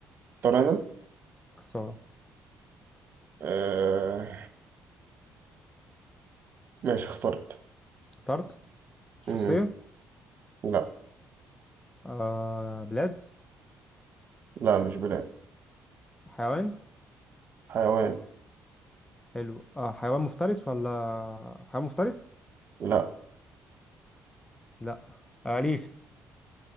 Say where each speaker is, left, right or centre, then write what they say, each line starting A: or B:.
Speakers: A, on the right (about 55°); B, on the left (about 15°).
A: اختار انا
B: اختار
A: آه... ماشي اخترت
B: اخترت شخصيه
A: مم. لا
B: آه بلاد
A: لا مش بلاد
B: حيوان
A: حيوان
B: حلو آه حيوان مفترس ولا حيوان مفترس
A: لا
B: لا آه، أليف